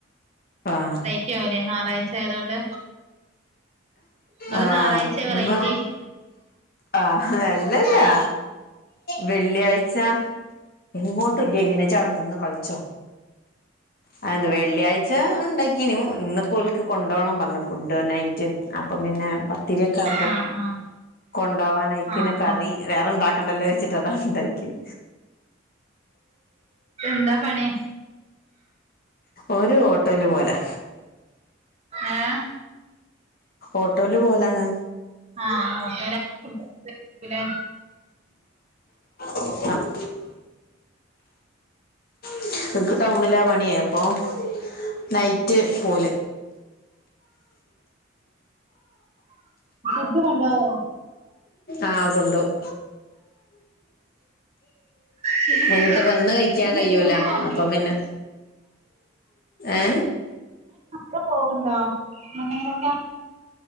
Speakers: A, on the left (about 50°); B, on the right (about 35°).
A: ആഹ്
B: ക്കെ ആവും ലെ ഞായറാഴ്ച ആയതുകൊണ്ട്. നിങ്ങള്
A: ആഹ്
B: ഞായറാഴ്ച വെറൈറ്റി.
A: ഇന്ന് ആഹ് അല്ലല്ലാ വെള്ളിയാഴ്ച. എങ്ങോട്ടും ഇല്ലേ ഇതിന ഇജി അവടെ നിന്ന് കളിച്ചോ. അതന്ത് വെള്ളിയാഴ്ച ഉണ്ടാക്കീനു. ഇന്നിപ്പോ ഓൽക്ക് കൊണ്ടോണം പറഞ്ഞു ഫുഡ് നൈറ്റ്. റ്റ്, അപ്പൊ പിന്നെ പത്തിരി ഒക്കെ ആയപ്പോ
B: ആഹ് ആഹ്
A: കൊണ്ടോവാന് അയിക്ക്ന്നെ
B: ആഹ്
A: കറി
B: ആഹ്
A: വേറെണ്ടാക്കണ്ടല്ലോ വിചാരിച്ചിട്ട് അതാണ് ഇണ്ടാക്കിയത്
B: എന്താ പണീ?
A: ഓര് ഓട്ടോല് പോവലാ
B: ഏഹ്
A: ഓട്ടോയില് പോവലാണ്
B: ആഹ <unintelligible> ലെ
A: <inaudible> <unintelligible> ടൗണിലാണ് പണിയ അപ്പോൾ നൈറ്റ് പോല്.
B: ഫുഡ്‌ കൊണ്ടോവോ?
A: ആ കൊണ്ടോവും.
B: പിന്നെന്തൊക്കെ
A: അങ്ങട്ട് വന്ന് കഴിക്കാൻ
B: ഇന്ന്
A: കയൂല.
B: ടൂർ പോവ്ണ്ടോ
A: അപ്പൊ പിന്നെ, ഏ
B: ഇപ്പൊ പോവോണ്ടോ എങ്ങടെങ്കി ലൊക്കെ?